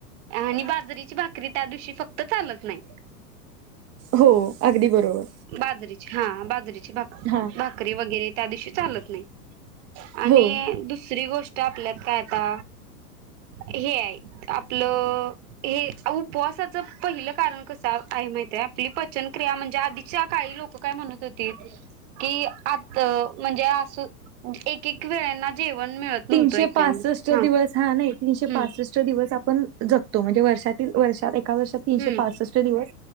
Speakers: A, on the right (about 50°); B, on the right (about 30°).
A: आणि बाजरीची भाकरी त्या दिवशी फक्त चालत नाही.
B: हो अगदी बरोबर
A: बाजरीची हा बाजरीेची भाकरी
B: हा
A: भाकरी वगैरे त्या दिवशी चालत नाही. आणि
B: हो.
A: दुसरी गोष्ट आपल्यात काय आता.. हे आहे.. आपलं हे उपवासाच पहिलं कारण कसं आहे. माहित आहे. आपली पचनक्रिया म्हणजे आधी शिवाय काही लोकं काय म्हणत होतीत की आत म्हणजे अस अं एक एक वेळेला जेवण मिळत नव्हतं
B: तीनशे
A: एकेकाना
B: पासष्ट
A: हा
B: दिवस नाही तीनशे
A: हम्म
B: पासष्ट दिवस आपण जगतो म्हणजे वर्षातील वर्षात एक एका वर्षात तीनशे
A: हम्म
B: पासष्ट दिवस